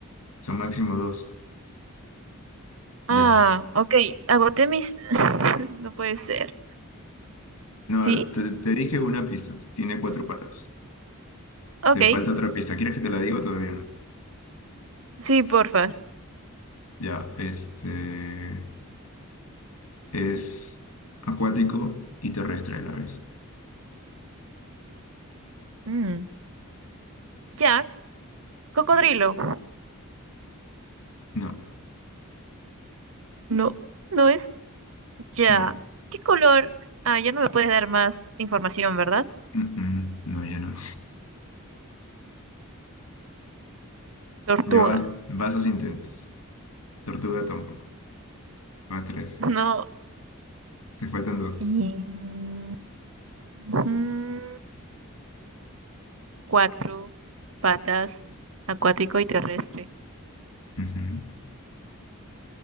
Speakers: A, on the left; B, on the right.
A: Son máximo dos.
B: Ah,
A: Ya.
B: ok, agoté mis... <laughs> no puede ser.
A: No,
B: ¿Sí?
A: te, te dije una pista. Tiene cuatro patas.
B: Ok,
A: Te falta otra pista. ¿Quieres que te la diga? o Todavía no.
B: sí, porfas.
A: Ya, este es acuático y terrestre a la vez.
B: Mm. Ya, cocodrilo.
A: No,
B: No, no es ya.
A: no.
B: ¿Qué color? Ah, ya no me puedes dar más información, ¿verdad?
A: Mm, mm, no, ya no.
B: Tortuga.
A: Ya vas, vas a intentos. Tortuga tampoco. Vas tres.
B: No.
A: Te faltan dos.
B: Y- Ujú. Cuatro patas, acuático y terrestre.
A: Ujú.